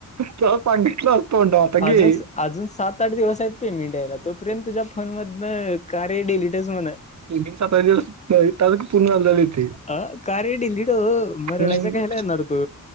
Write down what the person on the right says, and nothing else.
तुला सांगितलं असतो तोंडाव आता गे.
<unintelligible> सतरा दिवस <unintelligible> पूर्ण झा झाथे.
हम्म